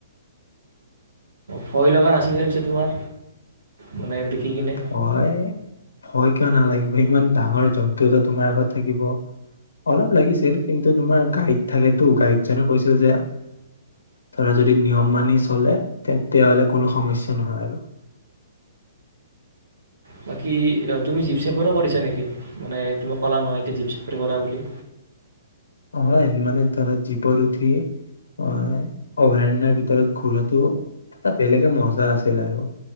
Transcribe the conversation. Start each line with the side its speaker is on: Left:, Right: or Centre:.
Right: ভয় লগা নাছিলনে পিছে তোমাৰ? মানে দেখি কিনে?
Left: ভয়। ভয় কিয় নালাগিব। ইমান ডাঙৰ জন্তু এটা তোমাৰ আগত থাকিব, অলপ লাগিছিল কিন্তু তোমাৰ গাইড থাকেতো গাইডজনে কৈছিল যে ধৰা যদি নিয়ম মানি চলে তেতিয়াহলে কোনো সমস্যা নহয় আৰু।
Right: বাকী তুমি জীপ চাফাৰো কৰিছা নেকি? মানে তুমি ক'লা নহয় এতিয়া জীপ চাফাৰী কৰা বুলি।
Left: হয় মানে ধৰা জীপত উঠি মই অভয়াৰণ্যয়ৰ ভিতৰত ঘুৰাটো এটা বেলেগে মজা আছিল আৰু